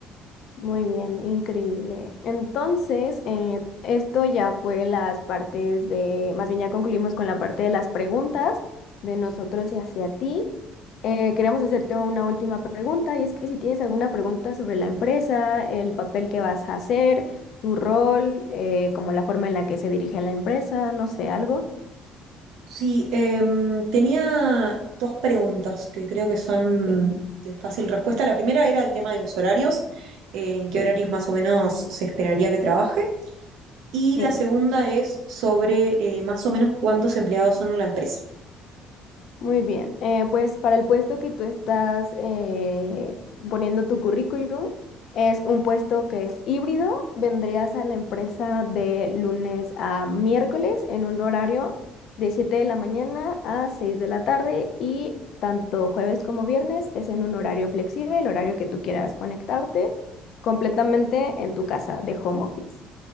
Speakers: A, on the left; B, on the right.
A: Muy bien, increíble. Entonces, eh, esto ya fue las partes de, más bien ya concluimos con la parte de las preguntas de nosotros y hacia ti. Eh, queremos hacerte una última pregunta y es que si tienes alguna pregunta sobre la empresa, el papel que vas a hacer, tu rol, eh, como la forma en la que se dirige la empresa, no sé, algo.
B: Sí, em, tenía dos preguntas que creo que son
A: Sí,
B: de fácil respuesta. La primera era el tema de los horarios, eh, en qué
A: sí.
B: horarios más o menos se esperaría que trabaje. Y
A: Sí.
B: la segunda es sobre eh, más o menos cuántos empleados son en la empresa.
A: Muy bien, eh, pues para el puesto que tú estás eh, poniendo tu currículum, es un puesto que es híbrido. Vendrías a la empresa de lunes a miércoles en un horario de 7 de la mañana a 6 de la tarde y tanto jueves como viernes es en un horario flexible, el horario que tú quieras conectarte completamente en tu casa de home office.